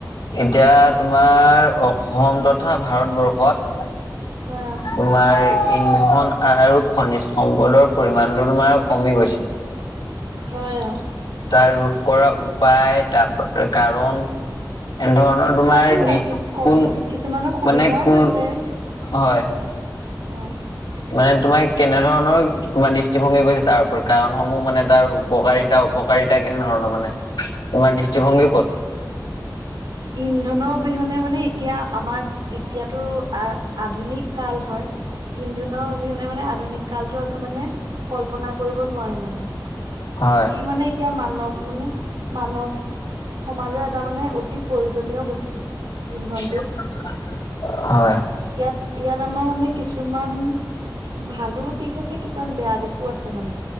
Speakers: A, on the left; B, on the right.
A: এতিয়া তোমাৰ অসম তথা ভাৰতবৰ্ষত
B: অ।
A: তোমাৰ ইন্ধন আৰু খনিজ সম্পদৰ পৰিমাণটো তোমাৰ কমি গৈছে।
B: হয়।
A: তাৰ ৰোধ কৰা উপায় তাৰ কাৰণ এনেধৰণৰ তোমাৰ
B: তাতো
A: দি
B: কিছু কম
A: কোন
B: কিছুমানৰ সুবিধাও
A: মানে কোন
B: হৈছে
A: হয়।
B: অ।
A: মানে তোমাৰ কেনে ধৰণৰ তোমাৰ দৃষ্টিভংগী গৈছে, তাৰ ওপৰত কাৰণসমূহ মানে তাৰ উপকাৰিতা অপকাৰিতা কেনে ধৰণৰ মানে? তোমাৰ দৃষ্টিভংগী ক'ত
B: ইন্দ অবিহনে মানে এতিয়া আমাৰ এতিয়াতো আ আধুনিক কাল হয়। ইন্ধনৰ অবিহনে মানে আধুনিক কালতটো আমি মানে কল্পনা কৰিব নোৱাৰো মানে
A: হয়,
B: ই মানে এতিয়া মানৱ মানে মানৱ সমাজৰ এটা মানে অতি প্ৰয়োজনীয় বস্তু
A: <inaudible>
B: ইন্ধনটো ইয়াত ইয়াত আমাৰ মানে কিছুমান ভালো দিশ আছে কিছুমান বেয়া দিশো আছে মানে